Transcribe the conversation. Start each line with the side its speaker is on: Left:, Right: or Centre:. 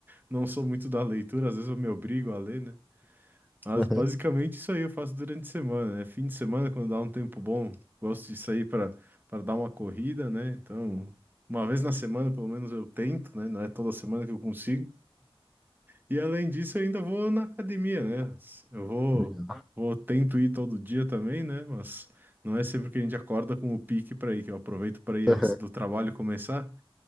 Right: não sou muito da leitura, às vezes eu me obrigo a ler, né? Mas
Centre: aham,
Right: basicamente isso aí eu faço durante a semana, né? Fim de semana, quando dá um tempo bom, gosto de sair para para dar uma corrida, né? Então, uma vez na semana, pelo menos eu tento, né? Não é toda semana que eu consigo. E além disso, eu ainda vou na academia, né? Eu vou,
Centre: Legal.
Right: vou tento ir todo dia também, né? Mas não é sempre que a gente acorda com o pique para ir, que eu aproveito para ir
Centre: aham,
Right: antes do trabalho começar.